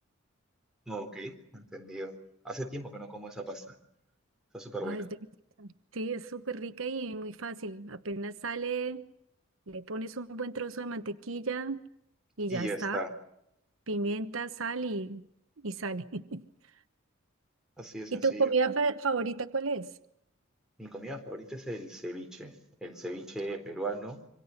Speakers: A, in the centre; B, on the right.
A: ok, entendido. Hace tiempo que no como esa pasta. Está súper
B: Ay,
A: buena.
B: es deliciosa. Sí, es súper rica y muy fácil. Apenas sale, le pones un buen trozo de mantequilla y
A: Y
B: ya
A: ya
B: está.
A: está,
B: Pimienta, sal y, y sale. <laughs>
A: así de sencillo.
B: ¿Y tu comida fa- favorita cuál es?
A: Mi comida favorita es el ceviche, el ceviche peruano